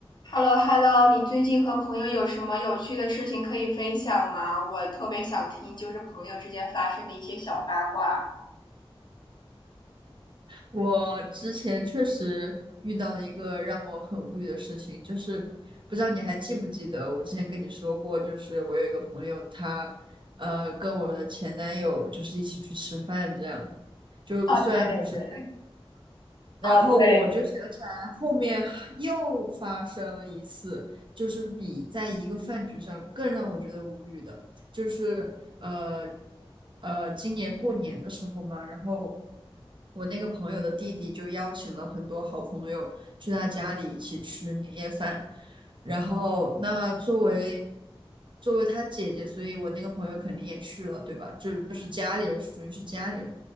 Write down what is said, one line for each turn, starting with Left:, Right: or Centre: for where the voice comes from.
Left: Hello Hello，你最近和朋友有什么有趣的事情可以分享吗？我特别想听，就是朋友之间发生的一些小八卦。
Right: 我之前确实遇到了一个让我很无语的事情，就是不知道你还记不记得我之前跟你说过，就是我有一个朋友他，呃，跟我的前男友就是一起去吃饭，这样就虽然不是在
Left: 啊，对对对，
Right: 然后我就想起来，
Left: 啊对，
Right: 后面还又发生了一次，就是比在一个饭局上更让我觉得无语的，就是呃呃，今年过年的时候嘛，然后我那个朋友的弟弟就邀请了很多好朋友去他家里一起吃年夜饭，然后那作为作为他姐姐，所以我那个朋友肯定也去了，对吧？就就是家里人，属于是家里人。